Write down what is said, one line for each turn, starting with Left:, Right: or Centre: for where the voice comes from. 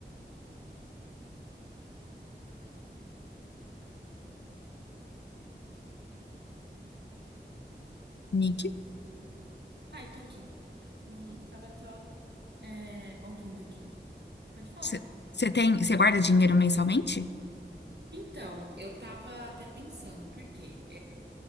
Left: Nick?
Right: Ai, tô aqui. Uhum. Tava só é, ouvindo aqui. Pode falar,
Left: Você você tem, você guarda
Right: perdão.
Left: dinheiro mensalmente?
Right: Então, eu tava até pensando, porque